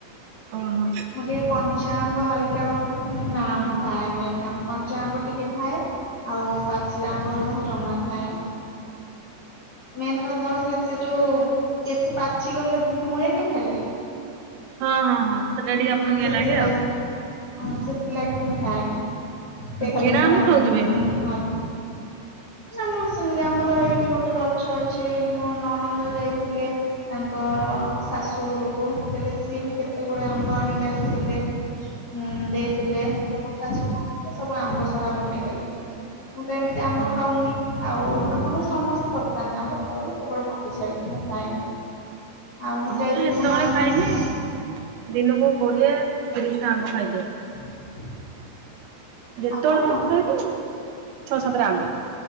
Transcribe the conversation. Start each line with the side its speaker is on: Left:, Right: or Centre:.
Right: ଓହୋ
Left: ମୁଁ ଟିକେ କଞ୍ଚା ଆମ୍ବ ହାଲକା ନା ମୁଁ
Right: ହଁ
Left: ଖାଏନି କଞ୍ଚା ଆମ୍ବ ଟିକେ ଖାଏ। ଆଉ ପାଚିଲା ଆମ୍ବ ହେଲା ମୁଁ ଜମା ହଁ ମେନ କଥା ହଉଛି ସେ ଯୋଉ ବେଶୀ ପାଚିଗଲେ ବୁହେନି ଖାଲି।
Right: ହଁ ହଁ ହଁ। ସେଟା ଟିକେ
Left: ହଁ
Right: ଆପଣଙ୍କୁ
Left: ସେଥିଲାଗି
Right: ଇଏ ଲାଗେ ଆଉ।
Left: ହଁ ସେଥିଲାଗି ମୁଁ ଖାଇନି। ସେ ଖାଲି-।
Right: କିଣା
Left: <unintelligible>
Right: ଆମ୍ବ ଖାଉଥିବେ
Left: ଆମ ସେମତି ଆମର ଏଇଠି ଗୋଟେ ଗଛ ଅଛି ମୋ ନଣନ୍ଦ ଦେଇଥିଲେ ତାଙ୍କର ଶାଶୁ ଘରକୁ। ହେଲେ ସେ କେତେ ଏ ଆମ୍ବ ଆଣିକି ଆସିଥିଲେ। ନଣନ୍ଦ ଦେଇଥିଲେ ମୋ ଶାଶୁଙ୍କୁ। ସବୁ ଆମ୍ବ ସଢା ବନେଇଦେଲି। ମୁଁ ତ ଏମିତି ଆମ୍ବ ଖାଉନି
Right: ହଁ
Left: ଆଉ ଆମ ଘରେ ସମସ୍ତେ ଭଲ ପାଆନ୍ତି ଆମ୍ବ ଖାଇବାକୁ କେବଳ ମତେ ଛାଡିକି ମୁଁ ଖାଏନି। ଆଉ ମୁଁ ଯାଇଥିଲି
Right: ତ ଯେତେବେଳେ
Left: ମୋ ନଣନ୍ଦଙ୍କ-ଶା
Right: ଖାଇମି ଦିନକୁ କୋଡିଏ ତିରିଶ ଟା ଆମ୍ବ ଖାଇଦିଏ।
Left: <inaudible>
Right: ଯେତେବେଳେ
Left: ଆପଣ?
Right: ଭାତ ଖାଇମି ଛଅ ସାତଟା ଆମ୍ବ।